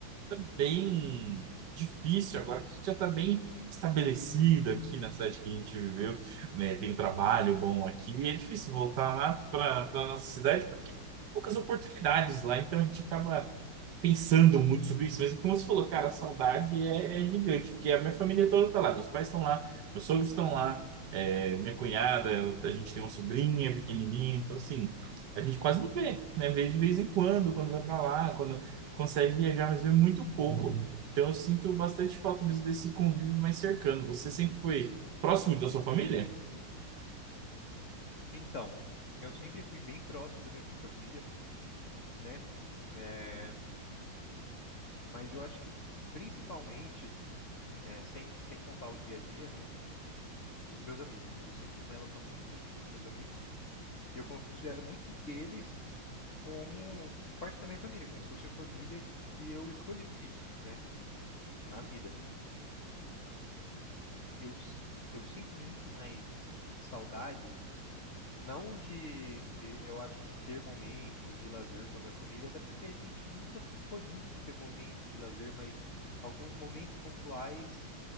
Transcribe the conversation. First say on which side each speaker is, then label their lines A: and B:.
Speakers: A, on the right; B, on the left.
A: tá bem difícil agora, que a gente já está bem estabelecido aqui na cidade que a gente viveu, né? Tem um trabalho bom aqui, e é difícil voltar lá para para nossa cidade porque tem poucas oportunidades lá, então a gente acaba pensando muito sobre isso, mas como você falou, cara, a saudade é, é gigante, porque a minha família toda tá lá, meus pais estão lá, meus sogros estão lá, é, minha cunhada, a gente tem uma sobrinha pequenininha, então assim, a gente quase não vê, né? Vê de vez em quando, quando vai pra lá, quando consegue viajar, mas vê muito pouco. Então eu sinto bastante falta mesmo desse convívio mais cercano. Você sempre foi próximo da sua família?
B: Então, eu sempre fui bem próximo da minha família, né? É, mas eu acho que principalmente, é, sem, sem contar o dia a dia, né? Dos meus amigos. Eu sempre tive uma relação muito íntima com meus amigos e eu considero muito deles como parte da minha família, como se fosse a família que eu escolhi, né? Na vida. Eu, s- eu sinto muito mais saudade. Não de, eu acho que de ter momentos de lazer com a minha família, até porque a gente nunca foi muito de ter momentos de lazer, mas alguns momentos pontuais